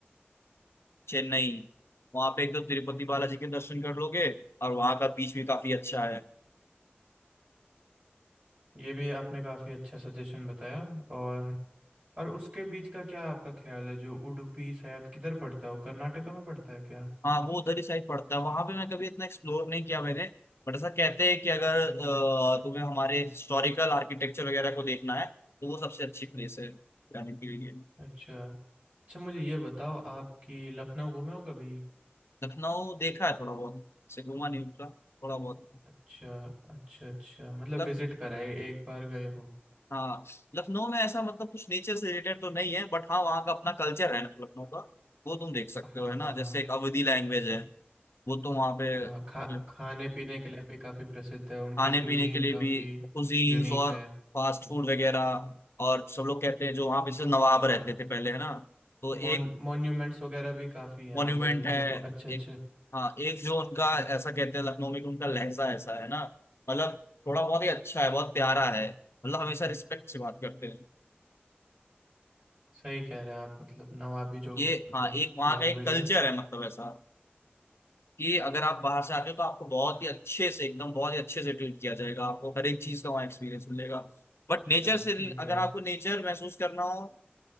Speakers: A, on the left (about 85°); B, on the right (about 35°).
A: चेन्नई वहां पे एक तो तिरुपति बालाजी के दर्शन कर लोगे और वहां का बीच भी काफी अच्छा है
B: ये भी आपने काफ़ी अच्छा सजेशन बताया और और उसके बीच का क्या आपका ख्याल है जो उडुपी शायद किधर पड़ता है वो कर्नाटका में पड़ता है क्या
A: हाँ वो उधर ही साइड पड़ता है वहां पे मैं कभी इतना एक्सप्लोर नहीं किया मैंने बट ऐसा कहते हैं कि अगर अ, तुम्हें हमारे हिस्टोरिकल आर्किटेक्चर वगैरह को देखना है तो वो सबसे अच्छी प्लेस है जाने के लिए
B: अच्छा अच्छा मुझे ये बताओ आपकी लखनऊ घूमे हो कभी
A: लखनऊ देखा है थोड़ा बहुत से घूमा नहीं पूरा थोड़ा बहुत
B: अच्छा अच्छा अच्छा मतलब
A: लख
B: विजिट कराए एक बार गए हो
A: हाँ लखनऊ में ऐसा मतलब कुछ नेचर से रिलेटेड तो नहीं है बट हाँ वहाँ का अपना कल्चर है ना लखनऊ का वो तुम देख सकते
B: हाँ
A: हो है ना
B: हाँ हाँ
A: जैसे एक अवधी लैंग्वेज है वो तो वहाँ पे
B: अ, खा खाने पीने के लिए भी काफ़ी प्रसिद्ध है उनकी
A: खाने
B: क्यूजीन
A: पीने के लिए
B: काफ़ी
A: भी कुजीन्स
B: यूनिक
A: और
B: है
A: फास्ट फूड वगैरह और सब लोग कहते हैं जो वहाँ पे
B: हाँ
A: से नवाब रहते
B: और
A: थे पहले है ना तो
B: मॉन
A: एक
B: मॉन्यूमेंट्स वगैरह भी काफ़ी हैं
A: मॉन्यूमेंट
B: उधर जैसे
A: है
B: ब- अच्छे अच्छे
A: एक हाँ एक जो उनका ऐसा कहते हैं लखनऊ में कि उनका लहजा ऐसा है ना मतलब थोड़ा बहुत ही अच्छा है बहुत प्यारा है मतलब हमेशा रिस्पेक्ट से बात करते हैं
B: सही कह रहे हैं आप मतलब नवाबी जो
A: ये
B: मतलब
A: हाँ एक वहाँ
B: लैंग्वेज
A: का एक कल्चर
B: है
A: है मतलब ऐसा कि अगर आप बाहर से आते हो तो आपको बहुत ही अच्छे से एकदम बहुत ही अच्छे से ट्रीट किया जाएगा आपको हर एक चीज का वहाँ एक्सपीरियंस मिलेगा बट
B: अच्छा
A: नेचर से
B: ठीक
A: अगर
B: है
A: आपको नेचर महसूस करना हो